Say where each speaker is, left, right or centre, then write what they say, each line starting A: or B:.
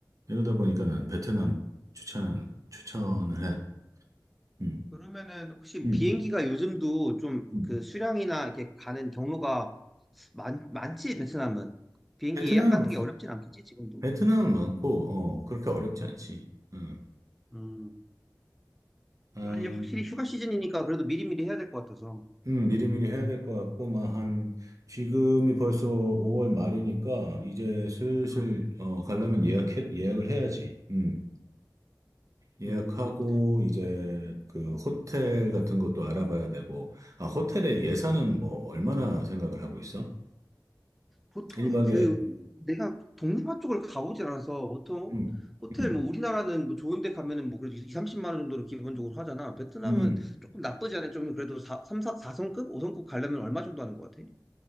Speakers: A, on the right (about 45°); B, in the centre.
A: 이러다 보니까 나는 베트남 추천 추천을 해. 음.
B: 그러면은 혹시
A: 음.
B: 비행기가 요즘도 좀
A: 음.
B: 그 수량이나 이렇게 가는 경로가 많, 많지 베트남은 비행기
A: 베트남
B: 예약 하는 게 어렵진 않겠지 지금도?
A: 베트남은 많고, 어, 그렇게 어렵지 않지. 음,
B: 음.
A: 음,
B: 아니 확실히 휴가 시즌이니까 그래도 미리미리 해야 될 것 같아서.
A: 음, 미리미리 해야 될 것 같고, 막 한, 지금이 벌써 5월 말이니까, 이제 슬슬,
B: 음.
A: 어, 가려면 예약해, 예약을 해야지. 음, 예약하고,
B: 음.
A: 이제 그 호텔 같은 것도 알아봐야 되고, 아, 호텔의 예산은 뭐, 얼마나 생각을 하고 있어?
B: 보통
A: 1박에,
B: 그
A: 음,
B: 내가 동남아 쪽을 가보질 않아서 보통
A: 음,
B: 호텔
A: 음,
B: 뭐 우리나라는 뭐 좋은 데 가면은 뭐 그래도 2, 30만 원 정도는 기본적으로 하잖아. 베트남은
A: 음.
B: 조금 나쁘지 않아. 좀 그래도 4, 3, 사성급 5성급 가려면 얼마 정도 하는 것 같아?